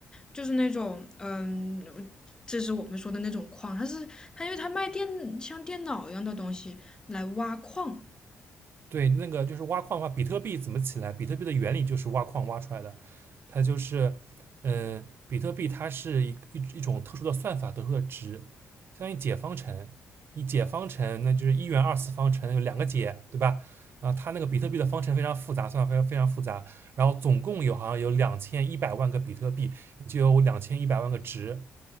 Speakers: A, on the left; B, on the right.
A: 就是那种，嗯，这是我们说的那种矿，他是他，因为他卖电像电脑一样的东西来挖矿，
B: 对，那个就是挖矿的话，比特币怎么起来？比特币的原理就是挖矿挖出来的，它就是，呃，比特币它是一一一种特殊的算法得出的值，相当于解方程。你解方程，那就是一元二次方程有两个解，对吧？啊，它那个比特币的方程非常复杂，算法非常非常复杂。然后总共有好像有两千一百万个比特币，就有两千一百万个值。